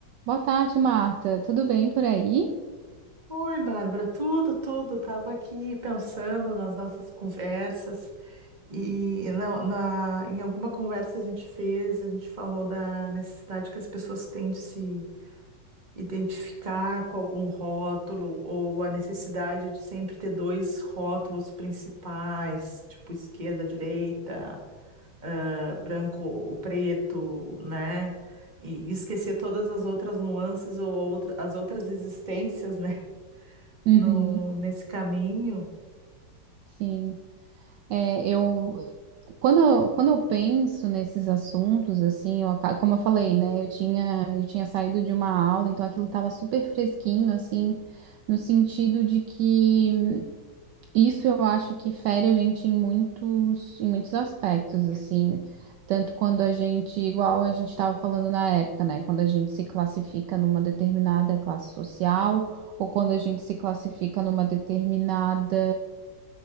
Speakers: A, on the right; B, on the right.
A: Boa tarde, Marta. Tudo bem por aí?
B: Oi, Bárbara, tudo, tudo. Estava aqui pensando nas nossas conversas e na, na- em alguma conversa a gente fez, a gente falou da necessidade que as pessoas têm de se identificar com algum rótulo ou a necessidade de sempre ter dois rótulos principais, tipo esquerda, direita, ah, branco ou preto, né? E esquecer todas as outras nuances ou outra- as outras existências, né?
A: Uhum,
B: no, nesse caminho.
A: sim. É, eu quando, eu- quando eu penso nesses assuntos, assim, eu, aca- como eu falei, né? Eu tinha, eu tinha saído de uma aula, então aquilo estava super fresquinho, assim, no sentido de que Isso eu acho que fere a gente em muitos, em muitos aspectos, assim. Tanto quando a gente, igual a gente estava falando na época, né? Quando a gente se classifica numa determinada classe social, ou quando a gente se classifica numa determinada